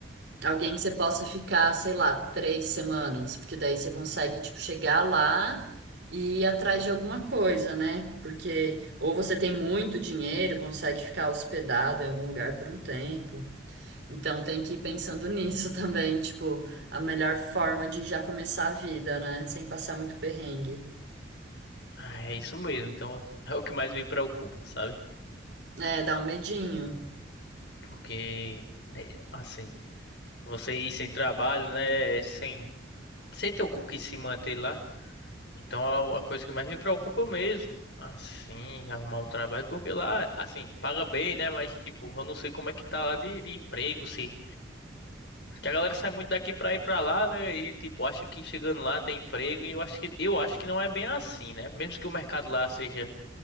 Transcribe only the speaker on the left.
Ah, é isso mesmo. Então, é o que mais me preocupa, sabe?
Porque, né, assim, você ir sem trabalho, né? Sem, sem ter o cu que se manter lá. Então, é a coisa que mais me preocupa mesmo. Assim, arrumar um trabalho. Porque lá, assim, paga bem, né? Mas, tipo, eu não sei como é que tá lá de, de emprego, se Que a galera sai muito daqui pra ir pra lá, né? E tipo, acha que chegando lá tem emprego. E eu acho que eu acho que não é bem assim, né? Mesmo que o mercado lá seja